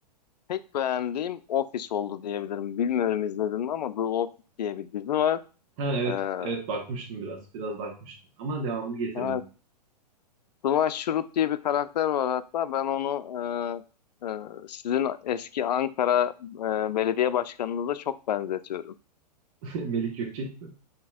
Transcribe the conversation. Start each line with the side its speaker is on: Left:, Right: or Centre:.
Left: pek beğendiğim Office oldu diyebilirim. Bilmiyorum izledin mi ama The Office diye bir dizi var.
Right: Ha evet
Left: Ee,
Right: evet bakmıştım biraz biraz bakmıştım ama devamını getirmedim.
Left: evet, Dwight Schrute diye bir karakter var hatta. Ben onu e, e, sizin eski Ankara e, belediye başkanınıza çok benzetiyorum.
Right: <laughs> Melik Gökçek mi?